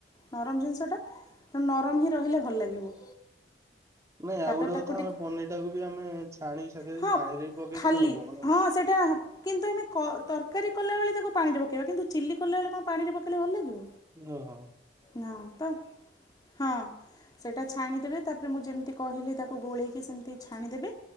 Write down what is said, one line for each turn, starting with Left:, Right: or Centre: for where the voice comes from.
Left: ନରମ ଜିନିଷଟା ନରମ ହିଁ ରହିଲେ ଭଲ ଲାଗିବ।
Right: ନାଇଁ ଆଉ
Left: ତାପରେ
Right: ଗୋଟେ
Left: ତାକୁ
Right: କଥା ଆମେ
Left: ଟିକେ
Right: ପନିର ଟାକୁ ବି ଆମେ ଛାଣି
Left: ହଁ
Right: ପାଣିରେ ବି ପକେଇଦେଲେ
Left: ଖାଲି
Right: ହବ ମାନେ
Left: ହଁ ସେଇଟା କିନ୍ତୁ ଆମେ କ ତରକାରୀ କଲାବେଳେ ତାକୁ ପାଣିରେ ପକାଇବା କିନ୍ତୁ ଚିଲି କଲାବେଳେ କଣ ପାଣିରେ ପକାଇଲେ ଭଲ ଲାଗିବ।
Right: ଓଁ ହୋ।
Left: ନା ତ ହଁ ସେଟା ଛାଣିଦେବେ ତାପରେ ମୁଁ ଯେମିତି କହିଲି ତାକୁ ଗୋଳେଇକି ସେମିତି ଛାଣିଦେବେ